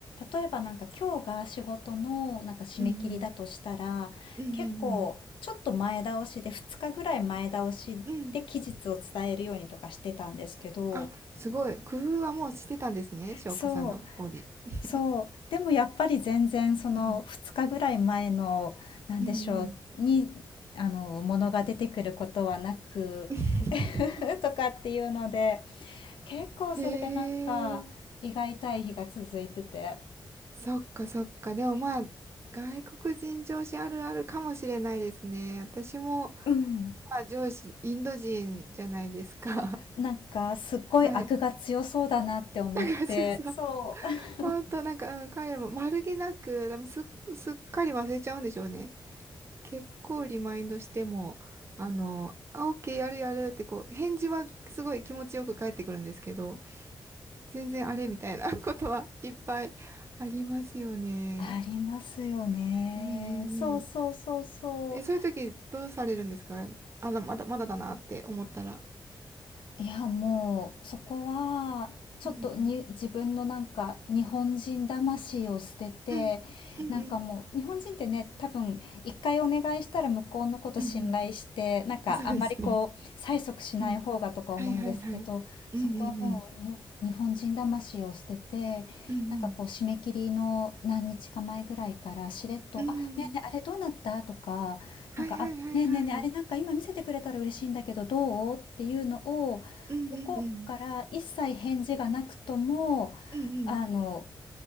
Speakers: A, on the left; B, on the right.
A: 例えばなんか今日が仕事のなんか締め切りだとしたら、
B: うん。うんうん。うんうん
A: 結構ちょっと前倒しで2日ぐらい前倒しで期日を伝えるようにとかしてたんですけど、
B: うん。うん。あ、すごい。工夫はもうしてたんですね、翔子さんの方で。
A: そう
B: <laughs>
A: そう。でもやっぱり全然その2日ぐらい前の、
B: うん。
A: なんでしょう、
B: うんうん。
A: に、あの、ものが出てくることはなく、
B: <laughs>
A: <laughs> とかっていうので、結構それでなんか、
B: ええ
A: 胃が痛い日が続いてて、
B: そっかそっか。でもまあ、外国人上司あるあるかもしれないですね。私も、
A: うん。
B: まあ上司、インド人じゃないですか。
A: なんか、すっごい悪が強そうだなって思って、
B: <laughs> はい。だからそうそう。
A: そう。<laughs>
B: 本当なんか、うん、彼も丸気なく、でもすっ、すっかり忘れちゃうんでしょうね。結構リマインドしても、あの、あ、オッケーやるやるってこう、返事はすごい気持ちよく返ってくるんですけど、全然あれみたいなことはいっぱいありますよね。
A: ありますよね。
B: うんうんうん。
A: そうそうそうそう。
B: え、そういう時どうされるんですかあの、まだ、まだだなって思ったら。
A: いや、もう、そこは、ちょっとに、
B: うん。
A: 自分のなんか、日本人魂を捨てて、
B: うん。うん。
A: なんかもう、
B: うん。
A: 日本人ってね、多分、一回お願いしたら向こうのこと信頼して、
B: うん。うん
A: なんか、
B: あ、<laughs> そうですね。
A: あんまりこう、催促しない方がとか思うんですけど、
B: うん。はいはいはい。うんうんうん。
A: そこはもう、に、日本人魂を捨てて、
B: うん
A: なんかこう、締め切りの何日か前ぐらいから、しれっと、
B: うん。うん。
A: あ、ねえねえ、あれどうなったとか、
B: はいはいはいはい。
A: なんか、あ、ねえねえねえ、あれなんか今見せてくれたら嬉しいんだけど、
B: うん
A: どうっていうのを、
B: うんうん。
A: 向こうから一切返事がなくとも、
B: うんうん。
A: あの、